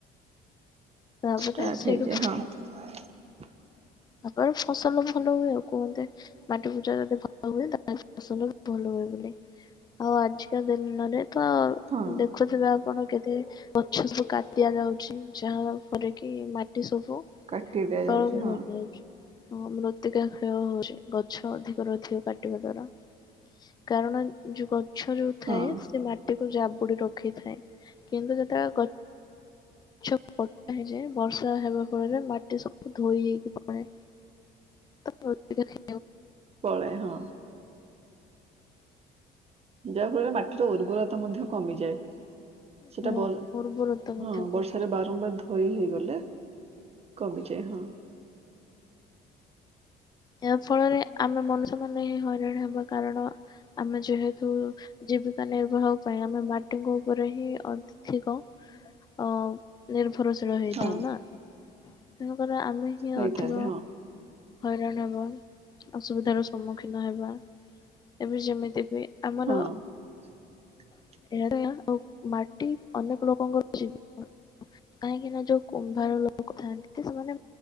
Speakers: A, on the left; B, on the right.
A: ତାପରେ
B: ଷ୍ଟାର୍ଟ
A: ସେଇଠୁ
B: ହେଇଯାଏ ହଁ।
A: ତାପରେ ଫସଲ ଭଲ ହୁଏ ଆଉ କୁହନ୍ତେ ମାଟି ପୂଜା ଯଦି ଭଲ ହୁଏ ତାହାଲେ ଫସଲ ବି ଭଲ ହୁଏ ବୋଲି ଆଉ ଆଜିକା ଦିନରେ ତ
B: ହଁ
A: ଦେଖୁଥିବେ ଆ ଆପଣ କେତେ ଗଛ ସବୁ କାଟି ଦଆ ଯାଉଛି ଯାହା ଫରେ କି ମାଟି ସବୁ
B: କାଟି ଦିଆଯାଉଛି
A: ତଳକୁ ବହିଯାଉଛି।
B: ହଁ।
A: ହଁ ମୃତ୍ତିକା କ୍ଷୟ ହଉଛି ଗଛ ଅଧିକରୁ ଅଧିକା କାଟିବା ଦ୍ଵାରା କାରଣ ଯୋଉ ଗଛ ଯୋଉ ଥାଏ
B: ହଁ।
A: ସେ ମାଟିକୁ ଯାବୁ ଜାବୁଡି ରଖିଥାଏ କିନ୍ତୁ ଯେତେବେଳେ ଗଛ ଗଛ କଟା ହେଇଯାଏ ବର୍ଷା ହେବା ଫଳରେ ମାଟି ସବୁ ଧୋଇ ହେଇକି ପଳାଏ। <unintelligible>
B: ପଳାଏ ହଁ। ଯାହା ଫଳରେ ମାଟି ମାଟିର ଉର୍ବରତା ମଧ୍ୟ କମିଯାଏ ସେଟା
A: ହଁ
B: ହଁ
A: ଉର୍ବରତା ମଧ୍ୟ କମିଛି।
B: ବର୍ଷାରେ ବାରମ୍ବାର ଧୋଇ ହେଇଗଲେ କମୁଚି ଏ ହଁ।
A: ଏହା ଫଳରେ ଆମେ ମନୁଷ୍ୟମାନ ହିଁ ହଇରାଣ ହବା କାରଣ ଆମେ ଯେହେତୁ ଜୀବିକା ନିର୍ବାହ ପାଇଁ ଆମେ ମାଟିଙ୍କ ଉପରେ ହିଁ ଅଧିକ ଅଉ ନିର୍ଭରଶି ଶୀଳ ହେଇଥାଉ
B: ହଁ
A: ନା। <unintelligible> ଆମେ ହିଁ
B: ହେଇଥାନ୍ତି
A: ଅଧିକ
B: ହଁ
A: ହଇରାଣ ହେବା ଅସୁବିଧାର ସମ ସମ୍ମୁଖୀନ ହେବା। ଏବେ ଯେମିତି ବି ଆମର
B: ହଁ। <inaudible>
A: <unintelligible> ମାଟି ଅନେକ ଲୋକଙ୍କର ଜବିକା କାହିଁକି ନା ଯୋଉ କୁମ୍ଭାର ଲୋକ ଥାଆନ୍ତି ସେମାନେ